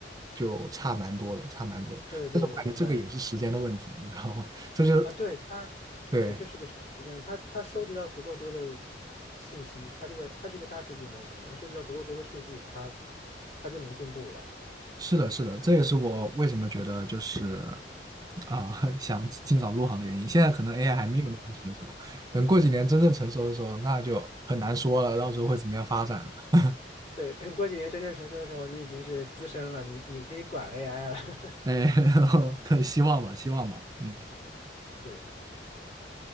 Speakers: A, on the right (about 20°); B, on the left (about 40°).
A: 就差蛮多的，差蛮多的。
B: 对对，
A: 但是我感觉这个也是时间的问题，
B: 我明白
A: 你知道吗？<laughs> 这就
B: 啊，对他，
A: 对。
B: 对，这是个时时间问题，他他收集到足够多的信息，他这个他这个大数据模型嘛，他收集到足够多的数据，他他就能进步了。
A: 是的，是的，这也是我为什么觉得就是啊、<laughs> 想尽早入行的原因。现在可能 AI 还没有那么成熟，等过几年真正成熟的时候，那就很难说了，到时候会怎么样发展了。
B: 对，等过几年真正成熟的时候，你已经是资深了，你你可以管 AI 了。<laughs>
A: <laughs> 哎，然后可希望吧，希望吧。嗯，
B: 是，